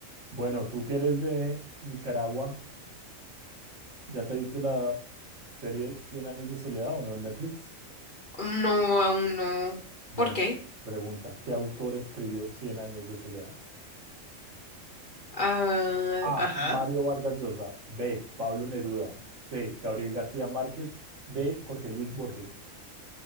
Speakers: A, on the right; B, on the left.
A: Bueno, tú que eres de Nicaragua, ¿ya te viste la serie Cien años de soledad o no en Netflix?
B: No, aún no.
A: Bueno,
B: ¿Por qué?
A: pregunta, ¿qué autor escribió Cien años de soledad?
B: Ah,
A: A.
B: ajá.
A: Mario Vargas Llosa. B. Pablo Neruda. C. Gabriel García Márquez. D. Jorge Luis Borges.